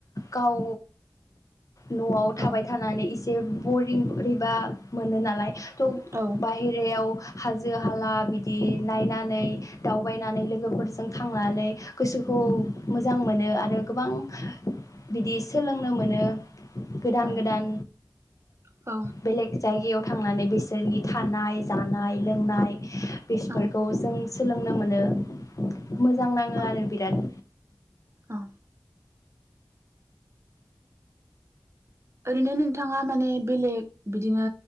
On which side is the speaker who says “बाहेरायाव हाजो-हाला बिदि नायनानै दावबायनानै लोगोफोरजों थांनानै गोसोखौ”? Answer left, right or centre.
Left